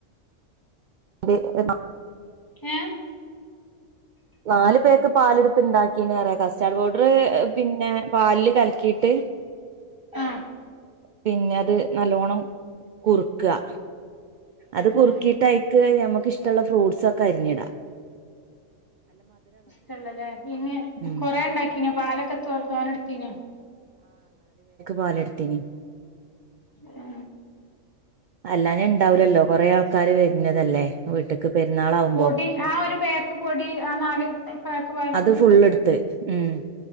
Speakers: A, on the right; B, on the left.
A: അറിയ <unintelligible>
B: ഐ
A: നാല് പേക്ക്‌ പാലെട്ത്ത് ഇണ്ടാക്കീഞ്ഞ് പറ കസ്റ്റാർഡ് പൗഡർ പൗഡർ പിന്നെ പാലിൽ കലക്കീട്ട്
B: ആ
A: പിന്നെ അത് നല്ലോണം കുറുക്കാ അത് കുറുക്കിട്ട്
B: ആ
A: അയ്ക്ക് ഞമ്മക്ക് ഇഷ്ടോള്ള ഫ്രൂട്ട്സെക്കെ അര്ഞ്ടാ
B: ഇഷ്ടള്ളല്ലേ പിന്നെ
A: ഉം
B: കൊറേ ഇണ്ടാക്കീനോ പാലൊക്കെ തോനെ ഇട്ത്തിനോ
A: പാലെട്ത്നി
B: ആ
A: അല്ലാഞ്ഞ ഇണ്ടാവ്ല്ലല്ലോ കൊറേ ആൾക്കാര് വര്ന്നതല്ലേ വീട്ട്ക്ക് പെരുന്നാളാവുമ്പോ
B: പൊടി ആ ഒരു പേക്ക് പൊടി ആ നാല് പേക്ക് പാൽക്കും
A: അത്
B: ഇട്ത്ത്
A: ഫുള്ളെടുത്ത് ഉം